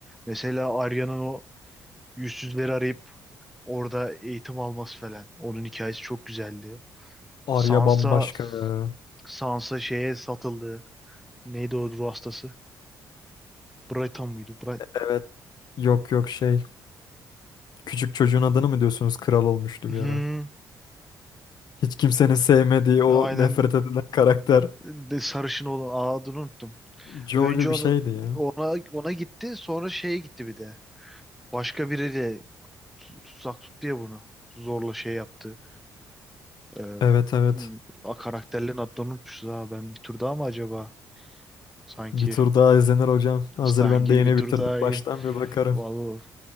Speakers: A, in the centre; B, on the left.
A: Mesela Arya'nın o yüzsüzleri arayıp orada eğitim alması falan. Onun hikayesi çok güzeldi.
B: Arya
A: Sansa
B: bambaşka ya.
A: Sansa şeye satıldı. Neydi o ruh hastası? Brighton muydu? Bright...
B: Evet. Yok yok şey. Küçük çocuğun adını mı diyorsunuz? Kral olmuştu
A: Hı,
B: bir ara. Hiç kimsenin sevmediği o
A: aynen.
B: nefret edilen karakter.
A: De sarışın olan adını unuttum.
B: Joel'i
A: Önce onu,
B: bir şeydi ya.
A: ona ona gitti, sonra şeye gitti bir de. Başka biriyle tu- tutsak tut diye bunu. Zorla şey yaptı. Ee,
B: Evet evet.
A: hmm, a- karakterlerin adlarını unutmuşuz ha. Ben bir tur daha mı acaba? Sanki
B: Bir tur daha izlenir hocam. Hazır
A: sanki
B: ben de yeni
A: bir tur
B: bitirdim.
A: daha iyi.
B: Baştan bir bakarım.
A: Vallahi.